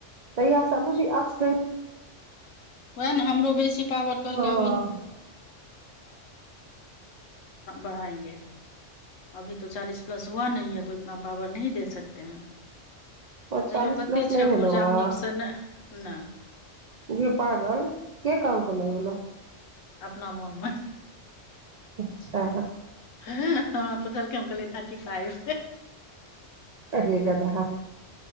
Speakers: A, on the right; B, on the left.
A: तहियास बूझही आसकैत
B: वएह ने हमरो बेसी पावर कहलकै
A: हँ
B: <unintelligible> <unintelligible> <unintelligible>
A: चालीस
B: तैयो कत्ते
A: प्लस नहि
B: छै
A: भेलौ
B: पुजामे
A: हे
B: नीकसँ नैह नै
A: गे पागल के कहलकौ नहि भेलो
B: अपना मोनमे
A: अच्छा
B: हमरा पुछलकै हम कहलियै थट्टी फाइव
A: अगे गदहा